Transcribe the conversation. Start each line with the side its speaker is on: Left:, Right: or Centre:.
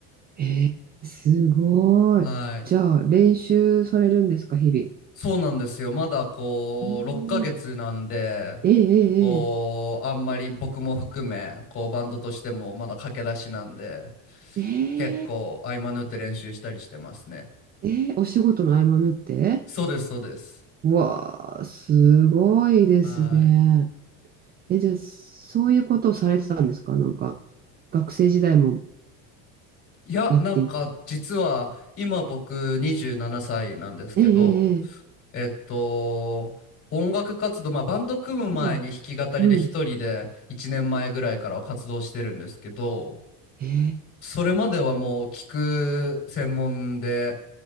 Right: ええすごい。
Left: はい。
Right: じゃあ練習されるんですか、日々。
Left: そうなんですよ。まだこう、
Right: うん
Left: 6ヶ月なんで、
Right: えええ
Left: こう、あんまり僕も含め、こう、バンドとしてもまだ駆け出しなんで、
Right: えええええ
Left: 結構合間縫って練習したりしてますね。
Right: えーお仕事の合間縫って
Left: そうです、そうです。
Right: うわあ、すごいですね。
Left: はい。
Right: え、じゃあ、そういうことをされてたんですかなんか、学生時代も
Left: いや、
Right: やっていて。
Left: なんか、実は、今僕27歳ななさいなんですけど、
Right: ええええええ
Left: えっと、音楽活動、まあ、バンド組む前に弾き語りで一人で1年前ぐらいからは活動してるんですけど、
Right: うん。うん。ええ
Left: それまではもう聞く専門で、